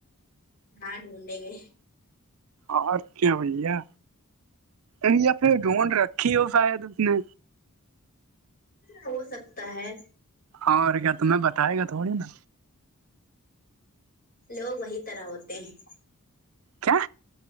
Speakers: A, on the left; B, on the right.
A: ہاں ڈھونڈیں گے
B: اور کیا بھیا بیا پھر ڈھونڈ رکھی ہو شاید اس نے
A: ہو سکتا ہے
B: اور کیا تمہیں بتائے گا تھوڑی نا
A: لوگ وہی طرح ہوتے ہیں
B: کیا